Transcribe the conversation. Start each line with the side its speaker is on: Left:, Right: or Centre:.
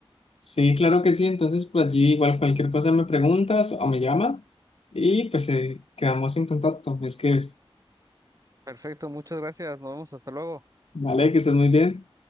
Left: Sí, claro que sí, entonces por allí igual cualquier cosa me preguntas o me llamas y pues eh, quedamos en contacto, me escribes,
Right: Perfecto, muchas gracias. Nos vemos hasta luego.
Left: ¿vale? Que estés muy bien.